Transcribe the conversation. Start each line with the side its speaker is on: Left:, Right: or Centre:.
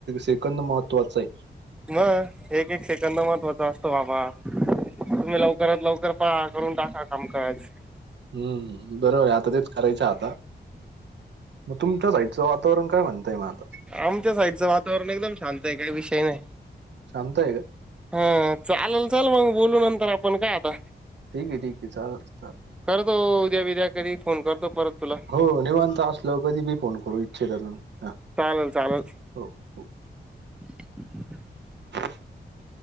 Right: सेकंद महत्वाचा आहे.
Centre: म एक एक सेकंद महत्त्वाचा असतो बाबा तुम्ही लवकरात लवकर कर करून टाकाका कामकाज
Right: हम्मम बरोबर आहे आता तेच करायच आता मग तुमच्या साईडच वातावरण काय म्हणतय मग आता
Centre: आमच्या साईडचं वातावरण एकदम शांत काही विषय नाही
Right: शांत आहे का
Centre: <inaudible> हा चालेल चल मग बोलून तर आपण का आता <inaudible>
Right: ठीक आहे ठीक आहे चालेल चालेल
Centre: करतो उद्या विद्या कधी फोन करतो
Right: <inaudible>
Centre: परत तुला
Right: हो निवांत असलं कधी मी फोन करू इच्छ करून ह
Centre: चालेल-चालेल.
Right: हो-हो.
Centre: <inaudible>
Right: <inaudible>